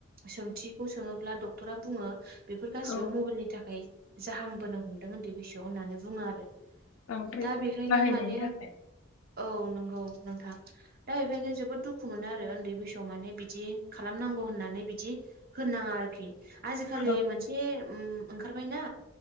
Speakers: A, on the right; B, on the left.
A: सोंथिखौ सोङोब्ला डक्टरा बुङो बेफोर गासिबो
B: औ
A: मबाइलनि थाखाय जाहांबोनो हमदों उन्दै बैसोआव होननानै बुङो आरो।
B: बांद्राय
A: दा बेखायनो
B: बाहायनायनि
A: माने
B: थाखाय
A: आं औ नंगौ नोंथां। दा बेखायनो जोबोद दुखु मोनो आरो उन्दै बैसोआव माने बिदि खालामनांगौ होननानै बि बिदि होनोनाङा आरोखि आजिखालि
B: औ
A: मोनसे उम ओंखारबायना